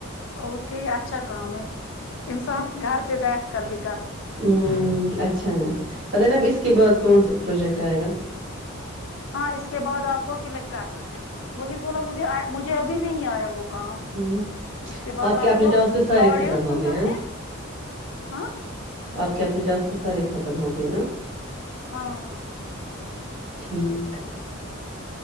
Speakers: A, on the left; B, on the right.
A: اور کیا اچھا کام ہے انسان گھر پہ بیٹھ کر دکھ
B: ہوں اچھا پت نا اب اس کے بعد کون سا پروجیکٹ آئے گا
A: ہاں اس کے بعد آپ کو کلک کرنا ہے وہی بولا مجھے مجھے ابھی نہیں آیا وہ کام
B: ہوں
A: اس کے بعد آپ
B: اپنے
A: کو
B: ٹاسک سارے
A: آڈیو
B: ختم ہو
A: سننا
B: گئے ہیں
A: ہے ہاں
B: کہ اپنے ٹاسک سارے ختم ہو گئے نا
A: ہاں ہاں
B: ٹھیک